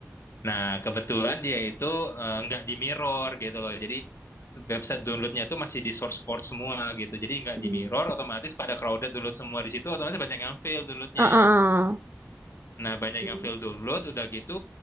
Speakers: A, on the left; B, on the right.
A: Nah, kebetulan dia itu eh, nggak di mirror gitu loh. Jadi website downloadnya itu masih di source forge semua gitu. Jadi nggak
B: Mm.
A: di mirror, otomatis pada crowded download semua di situ, otomatis banyak yang fail downloadnya.
B: Uh, uh, uh.
A: Nah, banyak
B: Mm.
A: yang fail download, udah gitu